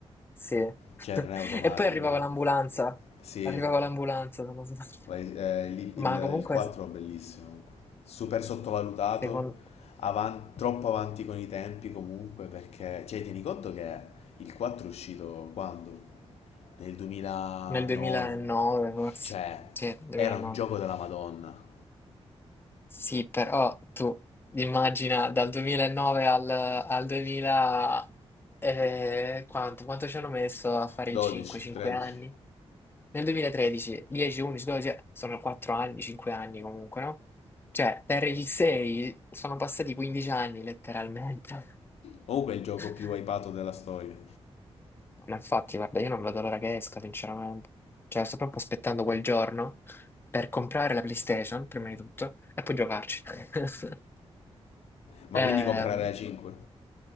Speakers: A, on the left; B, on the left.
A: Sì. <laughs>
B: Cioè, non è automatico.
A: E poi arrivava
B: eh?
A: l'ambulanza.
B: Sì.
A: Arrivava l'ambulanza, se non sbaglio.
B: Vai- eh, il,
A: Ma
B: il-
A: comunque,
B: il 4
A: se-
B: è bellissimo, comunque. super sottovalutato,
A: secondo...
B: avan- troppo avanti con i tempi comunque, perché, cioè, tieni conto che il 4 è uscito quando? Nel 2009,
A: Nel 2009, forse.
B: cioè,
A: Sì, 2009.
B: era un gioco della Madonna,
A: Sì, però tu immagina dal 2009 al, al 2000, eh, quanto, quanto ci hanno messo a fare
B: 12,
A: il 5? 5
B: 13,
A: anni? Nel 2013, 10, 11, 12, eh, sono 4 anni, 5 anni comunque, no? Cioè, per il 6 sono passati 15 anni letteralmente.
B: comunque è il gioco
A: <laughs>
B: più hypato della storia,
A: No, Ma infatti, guarda, io non vedo l'ora che esca, sinceramente. Cioè, sto proprio aspettando quel giorno per comprare la PlayStation, prima di tutto, e poi giocarci. <laughs>
B: ma
A: Ehm,
B: quindi comprare la 5